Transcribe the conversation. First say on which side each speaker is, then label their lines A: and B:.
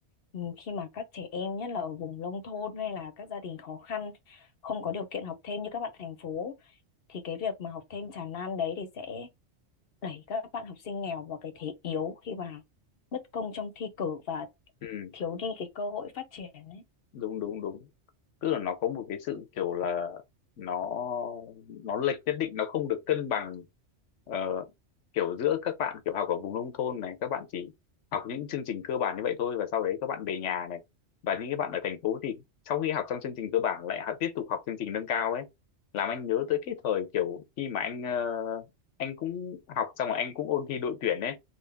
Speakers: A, on the left; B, on the left.
A: Ừ, khi mà các trẻ em nhất là ở vùng nông thôn hay là các gia đình khó khăn không có điều kiện học thêm như các bạn thành phố thì cái việc mà học thêm tràn lan đấy thì sẽ đẩy các bạn học sinh nghèo vào cái thế yếu khi mà bất công trong thi cử và
B: ừ
A: thiếu đi cái cơ hội phát triển ấy.
B: đúng đúng đúng tức là nó có một cái sự kiểu là nó nó lệch nhất định nó không được cân bằng ờ, kiểu giữa các bạn kiểu học ở vùng nông thôn này các bạn chỉ học những chương trình cơ bản như vậy thôi và sau đấy các bạn về nhà này và những cái bạn ở thành phố thì sau khi học xong chương trình cơ bản lại học, tiếp tục học chương trình nâng cao ấy làm anh nhớ tới cái thời kiểu khi mà anh ờ, anh cũng học xong rồi anh cũng ôn thi đội tuyển ấy